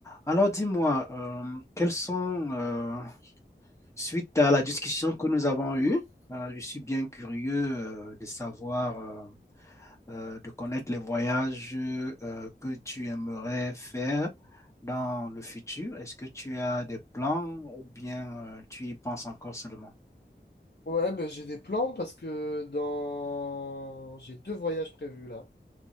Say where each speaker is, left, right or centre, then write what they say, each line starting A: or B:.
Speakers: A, on the left; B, on the left.
A: Alors dis-moi, euh, quelles sont, euh, suite à la discussion que nous avons eue, euh, je suis bien curieux euh, de savoir, euh, euh, de connaître les voyages euh, que tu aimerais faire dans le futur. Est-ce que tu as des plans ou bien euh, tu y penses encore seulement?
B: Ouais, ben, j'ai des plans parce que dans... j'ai deux voyages prévus là,